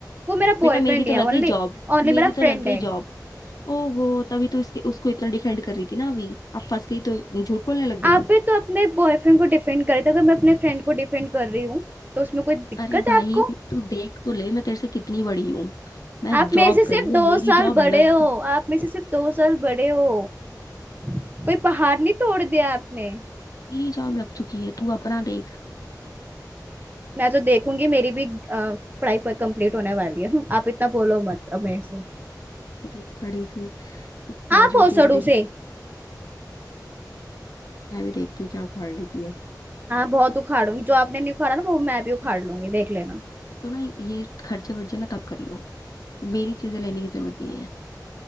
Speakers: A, on the right; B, on the left.
A: वो मेरा बॉयफ्रेंड
B: बेटा मेरी तो
A: है
B: लग
A: ओनली
B: गई जॉब
A: ओनली मेरा
B: मेरी तो
A: फ्रेंड
B: लग गई
A: है
B: जॉब ओहो तभी तो इसके उसको इतना डिफेंड कर रही थी ना अभी अब फंस गई तो झूठ बोलने लग गई
A: आप भी तो अपने बॉयफ्रेंड को डिफेंड करते हो अगर मैं अपने फ्रेंड को डिफेंड कर रही हूँ तो उसमें कोई दिक्कत
B: अरे
A: है
B: भाई
A: आपको
B: तू देख तो ले मैं तेरे से कितनी बड़ी हूँ मैं
A: आप
B: जॉब
A: मेरे से सिर्फ
B: कर रही हूँ
A: दो
B: मेरी
A: साल
B: जॉब
A: बड़े
B: लग
A: हो
B: चुकी
A: आप मेरे से सिर्फ दो साल बड़े हो कोई पहाड़ नहीं तोड़ दिया आपने
B: मेरी जॉब लग चुकी है तू अपना देख
A: मैं तो देखूंगी मेरी भी अ, पढ़ाई पर कंप्लीट होने वाली है हम्म, आप इतना बोलो मत अब मेरे से
B: तेरी सड़ी सी ग्रेजुएशन
A: आप ओसड़ू
B: की डिग्री
A: से
B: मैं भी देखती हूँ क्या उखाड़ लेती है
A: हाँ बहुत उखाड़ूंगी जो आपने नहीं उखाड़ा ना वो मैं भी उखाड़ लूंगी देख लेना
B: तो ना ये खर्चे वर्चे ना तब करियो मेरी चीजें लेने की जरूरत नहीं है